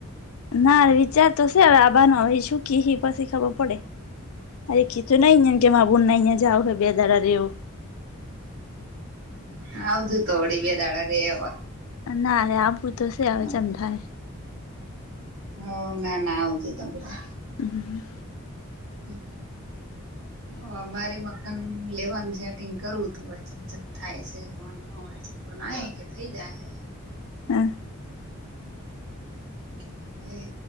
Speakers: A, on the left (about 75°); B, on the right (about 75°).
A: ના વિચાર તો છે હવે આવા નો ઈ શું કે પછી ખબર પડે અરે કીચુ નઈ કે બા બો નાહીયા જાવ બે દારા રેવું
B: હ આવજું તો વડી બે દાળ રેવા
A: ના આ ભું તો છે આવે
B: હ
A: જેમ થાય.
B: હ ના ના આવજું તમરા
A: હમ
B: હમ
A: <inaudible>
B: હ અમારે મકાન લેવાનું છેટિંગ કરવું હતું ચમચમ થાય છે લોનવાજ હ ના કે થઇ જાય હે‌
A: હ
B: એટલે